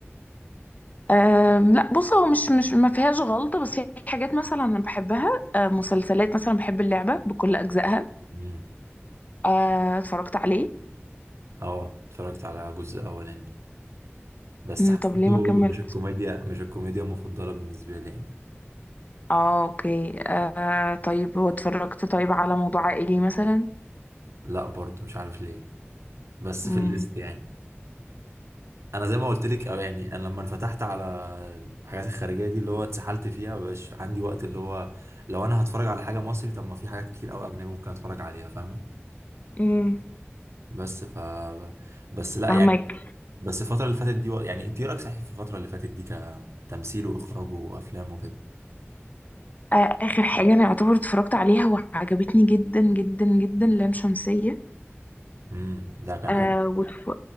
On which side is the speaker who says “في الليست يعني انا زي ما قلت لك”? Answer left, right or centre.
Right